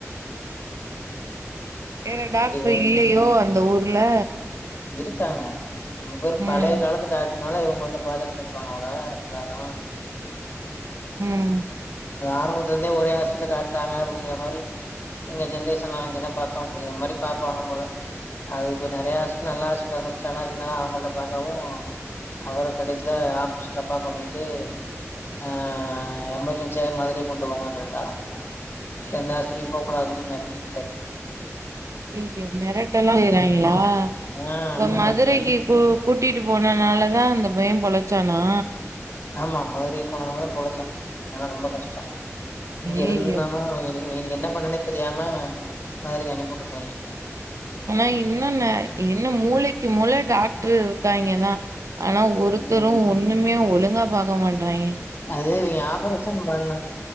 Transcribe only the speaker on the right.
<inaudible> வேற டாக்டர்
இல்லையோ அந்த ஊர் ங்கள
ம்
உம்
ஐயோ மிரட்ட எல்லாம் செய்றாஙஞ்களா
இப்ப
மதுரைக்கு கூ கூட்டிட்டு போன அதனாலதான் அந்த பயன் பொழைச்சானா
ஐயயோ
ஆனா இன்னொன்ன என்ன மூளைக்கு மூளை டாக்டரு இருக்காங்கோ தான் ஆனா ஒருத்தரும்
ஒண்ணுமே ஒழுங்க ஒழுங்கா பாக்க மாட்டறாங்கோ